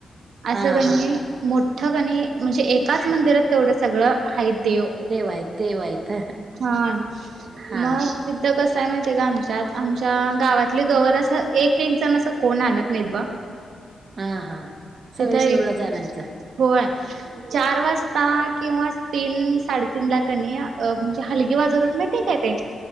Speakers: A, on the right; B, on the right.
A: अस
B: हा
A: कणी,
B: हा
A: मोठ कणी म्हणजे एकाच मंदिरात तेवढं सगळं हायीत देव,
B: आहेत देव आहेत
A: हा,
B: हा
A: मग तिथं कसय माहितीये का आमच्यात, आमच्या गावातली गवर असं, एक एक जण असं कोण आणत नाहीत बा.
B: हा हा, सगळी
A: तिथं एक
B: मिळूनच आणायच.
A: होय.
B: <inaudible>
A: चार वाजता, किंवा तीन साडेतीनला कनी, म्हणजे हलगी वाजवतात माहितीये काय ते?